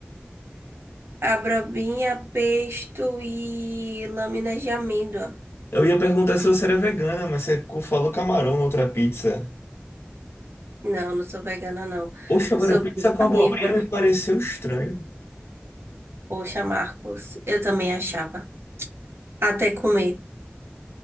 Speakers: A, on the right (about 85°); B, on the left (about 75°).
A: Abobrinha, pesto e lâminas de amêndoa.
B: Eu ia perguntar se você era vegana, mas você co- falou camarão na outra pizza.
A: Não, não sou vegana, não.
B: Oxe, agora
A: Sou
B: pizza
A: bem
B: com
A: carnívora.
B: abobrinha me pareceu estranho.
A: Poxa, Marcos, eu também achava. Até comer